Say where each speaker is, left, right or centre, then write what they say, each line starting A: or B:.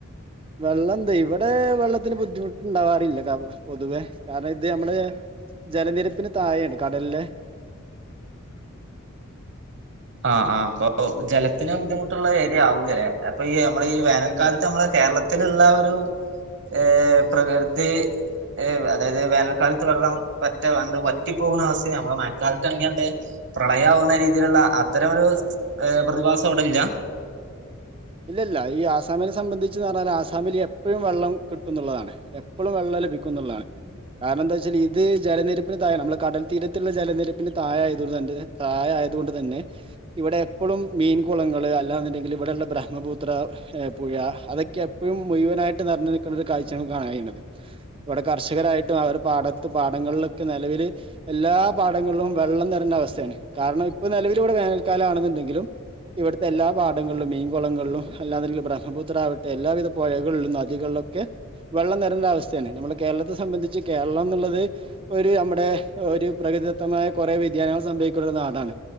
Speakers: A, on the right (about 25°); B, on the right (about 55°).
A: വെള്ളം ന്താ ഇവിടെ വെള്ളത്തിന് ബുദ്ധിമുട്ടുണ്ടാവാറില്ല ക പൊതുവെ കാരണം ഇതമ്മടെ ജലനിരപ്പിന് തായാണ് കടലിലെ
B: ആ ആ പ്പൊ ജലത്തിന് ബുദ്ധിമുട്ടുള്ള ഏരിയ ആവുല്ലെ അപ്പൊയി നമ്മളി വേനൽക്കാലത്ത്
A: അല്ലെ
B: നമ്മെള് കേരള- ത്തിലുള്ള ഒരു ഏ പ്രകൃതി അതായത് വേനൽക്കാലത്ത് വെള്ളംവറ്റ വറ്റിപ്പോകുന്ന അവസ്ഥ നമ്മടെ മഴക്കാലത്താണെയാണ്ട് പ്രളയാവുന്ന രീതിലൊള്ള- ഇത്തരമൊരു ഏ പ്രതിഭാസം അവിടില്ല
A: ഇല്ലല്ല ഈ ആസാമിനെ സംബന്ധിച്ചെന്നറഞ്ഞാ ആസാമില് എപ്പഴും വെള്ളം കിട്ടുന്നുള്ളാണ് എപ്പഴും വെള്ളം ലഭിക്കുന്നുള്ളാണ് കാരണേന്താച്ചാൽ ഇത് ജലനിരപ്പിന് തായാണ് നമ്മടെ കടൽ തീരത്തുള്ള ജലനിരപ്പിന് താഴെയാതണ്ട് തായെയായതൊണ്ട് തന്നെ ഇവിടെ എപ്പൊഴും മീൻകുളങ്ങള് അല്ലാെന്നുണ്ടെങ്കില് ഇവിടൊള്ളബ്ര- ബ്രഹ്മപുത്ര പുയ അതൊക്കെ എപ്പഴും മുയുവനായിട്ട് നെറഞ്ഞു നിൽക്കുന്ന ഒരു കാഴ്ചാണ്കാണൻഴിയണത് ഇവടെ കർഷകരായിട്ടും അവടെ പാടത്ത് പാടങ്ങളിലൊക്കെ നിലവില് എല്ലാ പാടങ്ങളിലും വെള്ളം നിറണ്ട അവസ്ഥയാണ് കാരണം ഇപ്പൊ നിലവിലിവിടെ വേനൽക്കാലം ആണെന്നുണ്ടെങ്കിലും ഇവിടുത്തെ എല്ലാ പാടങ്ങളിലും മെയ്ൻ- കുളങ്ങളിലും അല്ലാങ്കിൽ ബ്രഹ്മപുത്ര ആവട്ടെ എല്ലാവിധ പൊഴകളിലും നദികളിലൊക്കെ വെള്ളം നേരണ്ടവസ്ഥയാണ് നമ്മുടെ കേരളത്തെ സംബന്ധിച്ച് കേരളന്നുള്ളത് ഒരു നമ്മുടെ ഒരു പ്രകൃതിദത്തമായ കുറെ വ്യതിയാനങ്ങൾ സംഭവിക്കണ ഒരു നാടാണ്